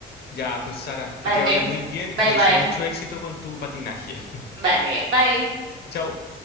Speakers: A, on the left; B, on the right.
A: Ya, pues Sara, que
B: Vale,
A: te vaya muy bien y
B: bye
A: te deseo
B: bye.
A: mucho éxito con tu patinaje.
B: Vale, bye.
A: <laughs> Chao.